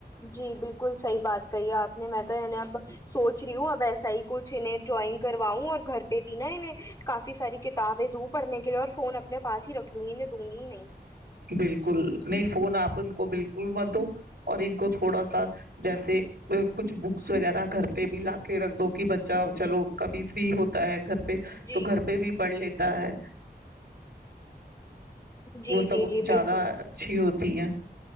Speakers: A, on the left; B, on the right.
A: جی بالکل صحیح بات کہی ہے آپ نے میں تو عنی اب سوچ رہی ہوں اب وسا ہی کچھ انہیں ڈرائنگ کرواؤں اور گھر پہ بھی نا انہیں کافی ساری کتابیں دوں پڑھنے کے لیے اور فون میں پاس ہی رکھ لوں گییں دوں گی ہی نہیں
B: بالکل نہیں فون آپ ان کو بالکل مت دو اور ان کو تھوڑا سا جیسے کچھ بکس وغیرہ گھر پہ بھی لا کے رکھ دو کہ بچہ چلو کبھی فری ہوتا ہے گھر پہ
A: جی
B: تو گھر پہ بھی پڑھ لیتے ہے
A: جی
B: وہ سب
A: جی جی
B: زیادہ
A: بالکل
B: اچھی ہوتی ہے